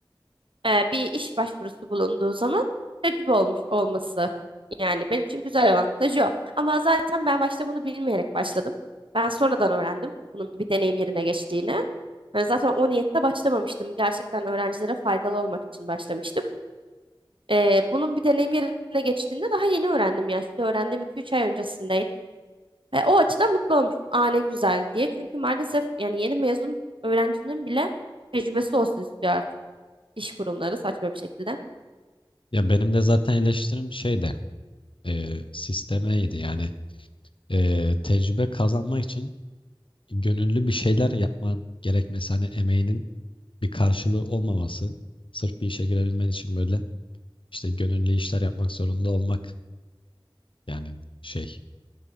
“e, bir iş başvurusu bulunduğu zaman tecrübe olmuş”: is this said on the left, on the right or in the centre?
Right